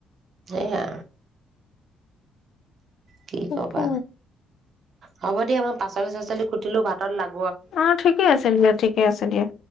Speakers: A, on the right; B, on the left.
A: সেইয়া কি
B: তাকে
A: কবা? হব' দিয়া মই পাচলি চাচলি কুটিলো, ভাতত লাগ
B: অ ঠিকে আছে দিয়া, ঠিকে আছে দিয়া।